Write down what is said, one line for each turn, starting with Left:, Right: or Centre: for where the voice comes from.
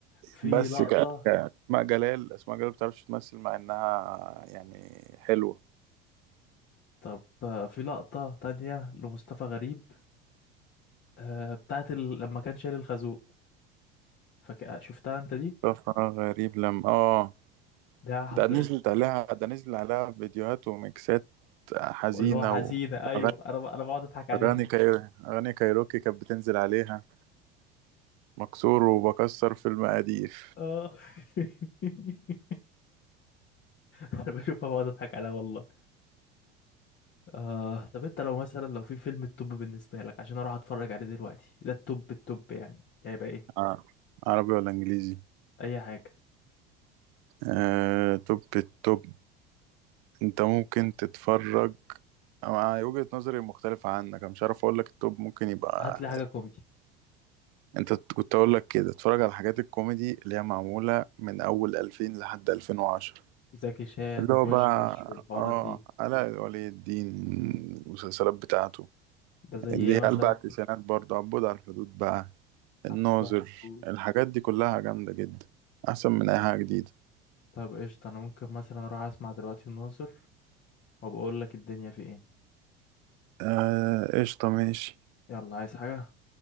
Left: في
Right: بس
Left: لقطة
Right: ك... ك... اسماء جلال اسماء جلال بتعرفش تمثل مع انها يعني حلوة
Left: طب آه، في لقطة تانية لمصطفى غريب آه، بتاعت ال... لما كان شايل الخازوق فك... شفتها انت دي
Right: طفرة غريب لما اه
Left: ده حط...
Right: ده نزلت عليها ده نزل عليها فيديوهات وميكسات حزينة
Left: اللي هو حزينة
Right: و-
Left: ايوه
Right: وأغاني
Left: انا ب... انا بقعد اضحك عليها
Right: أغاني كاير... أغاني كايروكي كانت بتنزل عليها مكسور وبكسر في المقادير
Left: <laughs> اه <laughs> انا بشوفها بقعد اضحك عليها والله آه طب انت لو مثلا لو في فيلم التوب بالنسبة لك عشان اروح اتفرج عليه دلوقتي ده التوب التوب يعني يعني هيبقى ايه
Right: آه. عربي ولا إنجليزي
Left: اي حاجة
Right: آه... توب التوب أنت ممكن تتفرج أنا وجهة نظري مختلفة عنك أنا مش عارف أقول لك التوب ممكن يبقى
Left: هات لي حاجة كوميدي
Right: انت كنت اقول لك كده اتفرج على حاجات الكوميدي اللي هي معموله من اول 2000 لحد 2010
Left: زكي شان
Right: اللي
Left: وبوشكاش
Right: هو بقى
Left: والحوارات
Right: اه
Left: دي
Right: علاء ولي الدين المسلسلات بتاعته
Left: ده زي
Right: اللي
Left: ايه
Right: هي
Left: مثلا
Right: اربع التسعينات برضه عبود على الحدود بقى الناظر
Left: حبة حدود
Right: الحاجات دي كلها جامده جدا احسن من اي حاجه جديده
Left: طب قشطة أنا ممكن مثلا أروح أسمع دلوقتي الناظر وبقول لك الدنيا في إيه
Right: آه قشطه ماشي
Left: يلا عايز حاجة